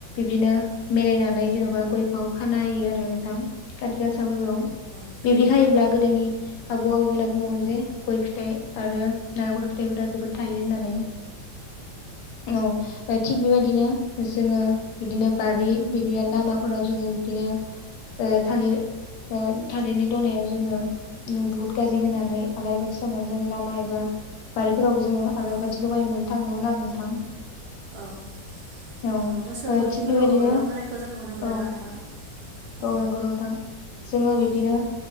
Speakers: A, on the left (about 70°); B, on the right (about 75°).
A: बिदिनो मिलायनानै जेन'बा गयखौ। अखाना होयो आरो नोंथां खााथि गासाफोरखौ
B: औ
A: बिब्दि
B: औ
A: हायोब्ला गोदोनि आबौ आबैमोनना बुङोमोन जे गय फिथाइ आरो नारेंखर फिथाइबो दा जोबोद थायो होननानै, औ थिग बेबायदिनो जोङो। बारि बिदिनो लामाफोराव जोङो बिबदिनो ओ थालिर ओ। थालिरनि दनायाव जोङो ओ बुथ गाज्रि होनानै आलारि बाथि सावनानै जों लामा एबा बारि फोरावबो जोङो आलारि
B: औ
A: बाथि लगायनाय <unintelligible> थाङोमोन आरो नोंथां।
B: औ
A: औ
B: ओ मोसौ। गलिफोरावबो
A: थिग बेबायदिनो
B: होनायखौ जों नुनो मोनोना
A: औ-औ
B: नोंथां औ
A: नंगौ नोंथां जोङो
B: औ
A: बिब्दिनो